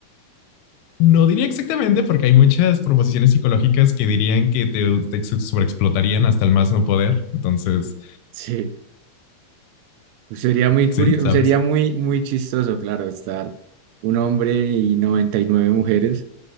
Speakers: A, on the left; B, on the right.
A: No diría exactamente porque hay muchas proposiciones psicológicas que dirían que te, te sobreexplotarían hasta el más no poder. Entonces,
B: Sí, pues sería muy curioso,
A: sí, sabes.
B: sería muy, muy chistoso, claro, estar un hombre y 99 mujeres.